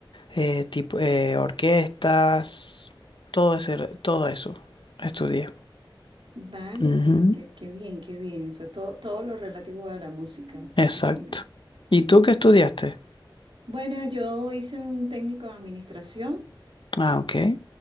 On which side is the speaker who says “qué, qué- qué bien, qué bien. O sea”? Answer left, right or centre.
Right